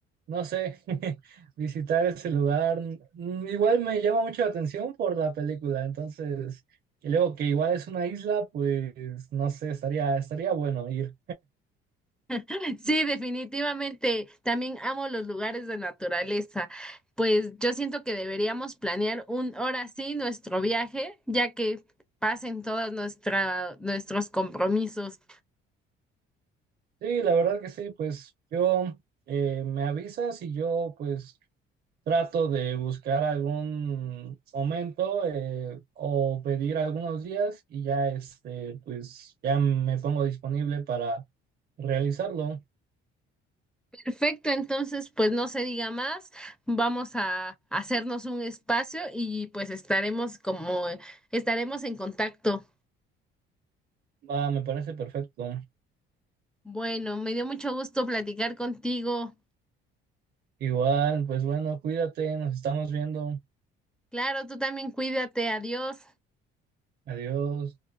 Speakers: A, on the right; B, in the centre.
A: no sé, <laughs> visitar ese lugar. Mm, Igual me llama mucho la atención por la película, entonces, y luego que igual es una isla, pues no sé, estaría, estaría bueno ir.
B: <laughs> Sí, definitivamente. También amo los lugares de naturaleza. Pues yo siento que deberíamos planear un hora sí nuestro viaje, ya que pasen todos nuestra, nuestros compromisos.
A: Sí, la verdad que sí, pues yo eh, me avisas y yo pues trato de buscar algún momento eh, o pedir algunos días y ya este, pues ya me pongo disponible para realizarlo.
B: Perfecto, entonces pues no se diga más. Vamos a hacernos un espacio y pues estaremos como estaremos en contacto.
A: Va, me parece perfecto.
B: Bueno, me dio mucho gusto platicar contigo.
A: Igual, pues bueno, cuídate, nos estamos viendo.
B: Claro, tú también cuídate. Adiós.
A: Adiós.